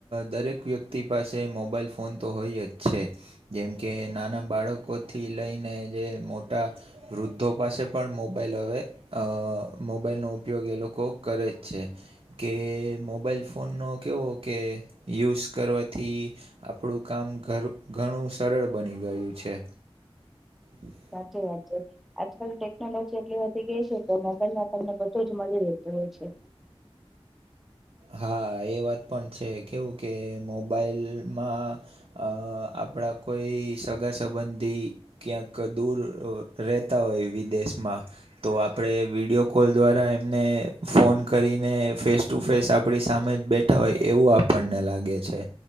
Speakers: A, on the right (about 60°); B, in the centre.
A: દરેક વ્યક્તિ તિ પાસે મોબાઈલ ફોન તો હોય જ છે. જેમ કે નાના બાળકોથી લઈને જે મોટા વૃદ્ધો પાસે પણ મોબાઈલ હવે અ મોબાઈલનો ઉપયોગ એ લોકો કરે જ છે. કે મોબાઈલ ફોનનો કેવો કે યુઝ કરવાથી આપણું કામ ઘર ઘણું સરળ બની ગયું છે. હમ <unintelligible>
B: સાચું વાત છે. આજકાલ ટેકનોલોજી એટલી વધી ગઈ છે કે મોબાઈલના આપણને બધું જ મળી રહેતું હોય છે.
A: હા એ વાત પણ છે કેવું કે મોબાઈલમાં અ આપણા કોઈ સગા સંબંધી ક્યાંક દૂર રહેતા હોય વિદેશમાં તો આપણે વિડીયો કોલ દ્વારા એમને ફોન કરીને ફેસ ટુ ફેસ આપણી સામે જ બેઠા હોય એવું આપણને લાગે છે